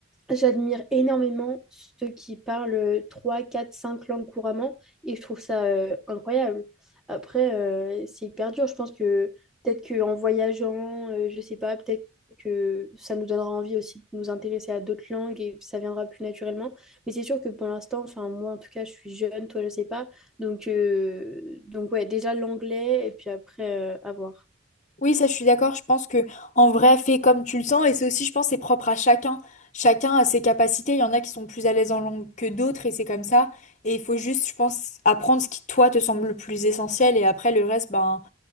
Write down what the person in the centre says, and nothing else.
J'admire énormément ceux qui parlent 3 4 5 langues couramment et je trouve ça euh, incroyable. Après, euh, c'est hyper dur. Je pense que peut-être qu'en voyageant, euh, je sais pas, peut-être que ça nous donnera envie aussi de nous intéresser à d'autres langues et ça viendra plus naturellement. Mais c'est sûr que pour l'instant, enfin moi en tout cas, je suis jeune, toi je sais pas. Donc, euh, donc ouais, déjà l'anglais et puis après, euh, à voir.